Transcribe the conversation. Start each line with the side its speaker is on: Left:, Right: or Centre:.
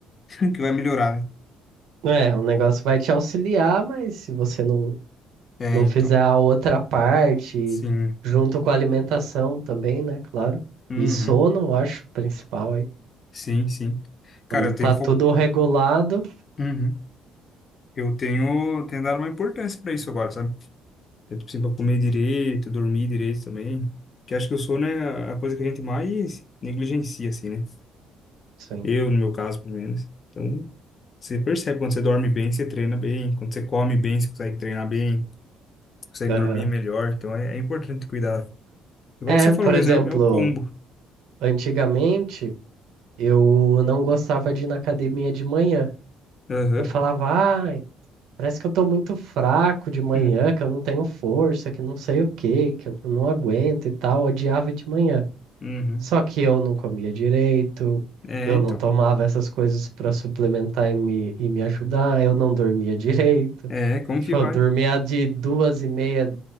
Left: <laughs> que vai melhorar, né?
Right: É, o negócio vai te auxiliar, mas se você não,
Left: É,
Right: não
Left: então.
Right: fizer a outra parte,
Left: Sim.
Right: junto com a alimentação também, né? Claro.
Left: Uhum.
Right: E sono, eu acho, principal aí.
Left: Sim, sim.
Right: Quando
Left: Cara, eu
Right: tá
Left: tenho fo...
Right: tudo regulado,
Left: Uhum. Eu tenho, tenho dado uma importância pra isso agora, sabe? Eu, tipo assim, pra comer direito, dormir direito também. Que acho que o sono é a a coisa que a gente mais negligencia, assim, né?
Right: sim.
Left: Eu, no meu caso, pelo menos. Então, Você percebe quando você dorme bem, você treina bem. Quando você come bem, você consegue treinar bem. Você consegue
Right: Aham.
Left: dormir melhor. Então é, é importante cuidar. Igual
Right: É,
Left: você falou
Right: por
Left: mesmo,
Right: exemplo,
Left: é, o- é o combo.
Right: antigamente eu não gostava de ir na academia de manhã.
Left: Aham.
Right: Eu falava, ah, Parece que eu tô muito fraco de manhã,
Left: <laughs>
Right: que eu não tenho força, que não sei o quê, que eu não aguento e tal. Eu Odiava de manhã.
Left: Uhum.
Right: Só que eu não comia direito,
Left: É,
Right: eu
Left: então.
Right: não tomava essas coisas pra suplementar e me, e me ajudar, eu não dormia direito.
Left: É,
Right: <laughs>
Left: como
Right: Tipo,
Left: que vai?
Right: eu dormia de duas e meia,